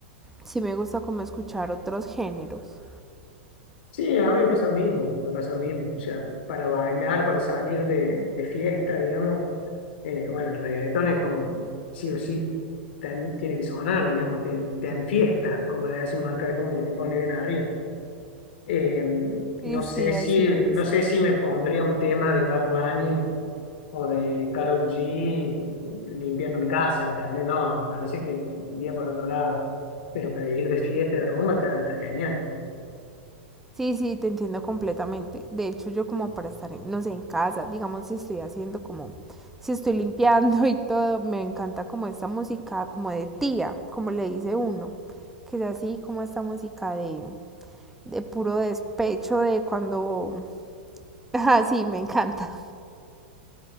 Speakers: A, in the centre; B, on the left.
A: sí me gusta como escuchar otros géneros
B: Sí, a mí me pasa lo mismo, me pasa lo mismo. O sea, para bailar, para salir de, de fiesta, digamos, eh, bueno, el reggaetón es como, sí o sí, tan- tiene que sonar, digamos, te, te enfiestas, como le decimos acá, es como que te pone bien arriba. Eh,
A: sí
B: no
A: sí
B: sé
A: así
B: si,
A: es
B: no sé si me pondría un tema de Bad Bunny o de Karol G limpiando mi casa, ¿entendés? No, me parece que iría por otro lado. Pero para ir de fiesta, de rumba, está, está genial.
A: Sí, sí, te entiendo completamente. De hecho, yo como para estar, en- no sé, en casa, digamos, si estoy haciendo como, si estoy limpiando <laughs> y todo, me encanta como esta música, como de tía, como le dice uno, que es así como esta música de, de puro despecho, de cuando... <laughs> Ah, sí, me encanta.